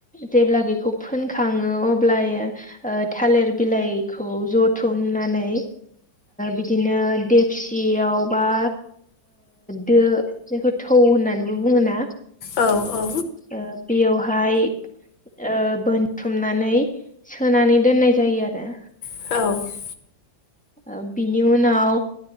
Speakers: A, in the centre; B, on the left.
A: जेब्ला बेखौ फोनखाङो अब्लायो थालिर बिलाइखौ जथुमनानै बिदिनो देकसियाव बा दो जायखौ थौ होननानैबो बुङोना?
B: औ औ।
A: ओ बेयावहाय ओ बोनथुमनानै सोनानै दोननाय जायो आरो।
B: औ।
A: ओ बिनि उनाव